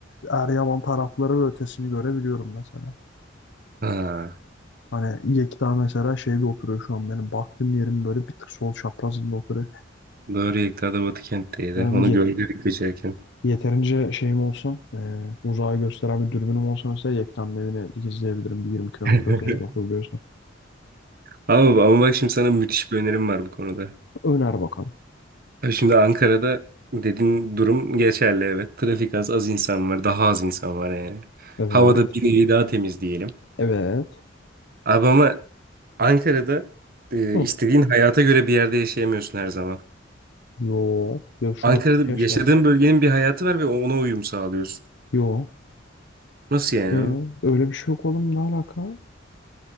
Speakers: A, on the left (about 65°); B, on the right (about 50°).
A: Eryaman tarafları ve ötesini görebiliyorum mesela.
B: Ha.
A: Hani Yekta mesela şeyde oturuyor şu an benim baktığım yerim böyle bir tık sol çaprazında oturuyor.
B: Doğru Yekta da batı Batıkent'teydi.
A: Yani
B: Onu
A: yet-
B: gördük geçerken.
A: yeterince şeyim olsa e, uzağa gösteren bir dürbünüm olsa mesela Yekta'nın evini dikizleyebilirim bir yirmi kilometre
B: <laughs>
A: öteye bakabiliyorsam.
B: Ama, ama bak şimdi sana müthiş bir önerim var bu konuda.
A: Öner bakalım.
B: Ya Şimdi Ankara'da dediğin durum geçerli evet. Trafik az, az insan var. Daha az insan var yani.
A: Evet.
B: Havada bir nevi daha temiz diyelim.
A: Evet.
B: Abi ama Ankara'da e,
A: Hı.
B: istediğin hayata göre bir yerde yaşayamıyorsun her zaman.
A: Yo. Yaşıyor.
B: Ankara'da
A: Niye yaşamıyor?
B: yaşadığın bölgenin bir hayatı var ve ona uyum sağlıyorsun.
A: Yo.
B: Nasıl yani?
A: E, öyle bir şey yok oğlum ne alaka?